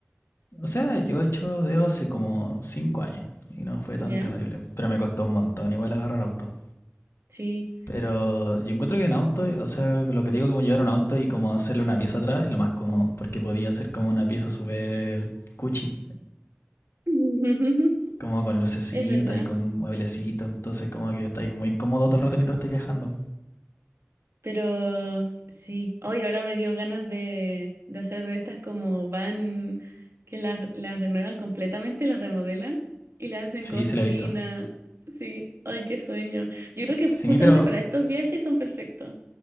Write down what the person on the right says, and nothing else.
¿Ya?
Sí.
<laughs>
Es verdad.
Pero sí. Hoy ahora me dio ganas de, de hacer de estas como van, que las, las renuevan completamente, las remodelan y las hacen
cocina.
Sí. Ay, qué sueño. Yo creo que
justamente
para estos viajes son perfectos.